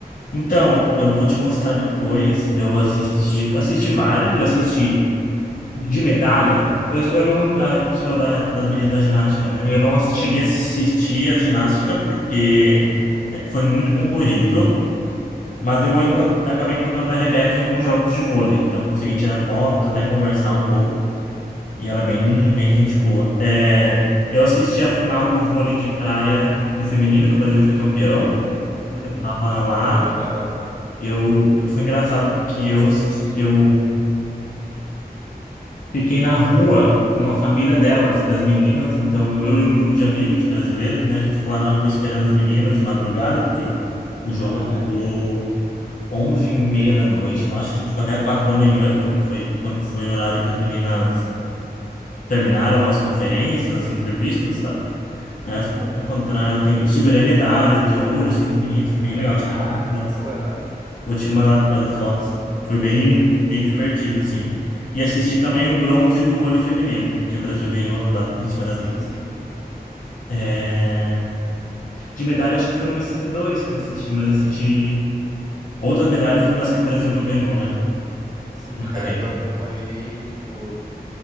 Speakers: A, on the left; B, on the right.
A: Então, eu vou te mostrar depois. Eu assisti, assisti vários. Eu assisti de medalha, eu, eu não. ah, sou da, das meninas da ginástica, né? Eu não cheguei a assistir a ginástica porque é, foi muito concorrido, mas eu encon- acabei encontrando a Rebeca em alguns jogos de vôlei. Então consegui tirar foto, até conversar um pouco. E ela é bem, bem gente boa. É, eu assisti a final do vôlei de praia do feminino, que o Brasil foi campeão.
B: Uhum.
A: Tava lá.
B: Foi bem da hora.
A: Eu, foi engraçado porque eu assisti, eu Fiquei na rua com a família delas, das meninas. Então, eu e um grupo de amigos de brasileiros, né? A gente ficou lá na rua esperando as meninas de madrugada, porque o, o jogo
B: Caraca.
A: acabou 11h30 da noite, eu acho. A gente ficou até 4 da manhã, quando que foi, quando foi o horário que as meninas terminaram as conferências, as entrevistas, sabe? Aí
B: Uhum.
A: elas foram encontrar. Eu, tenho, eu segurei a medalha de ouro, assim, dos meninos. Foi bem legal, tirei
B: Ah,
A: várias fotos.
B: que moral, hein?
A: Vou te mandar depois as fotos. Foi bem,
B: Uhum.
A: bem divertido, assim. E assisti também o bronze do vôlei feminino, que o Brasil ganhou da- em cima da
B: Sim,
A: Turquia.
B: sim.
A: É, De medalha, acho que foram esses dois que eu assisti, mas assisti outras medalhas, mas que o Brasil não ganhou, né?
B: Sim,
A: Mas
B: cara,
A: é bem.
B: eu acompanhei, tipo,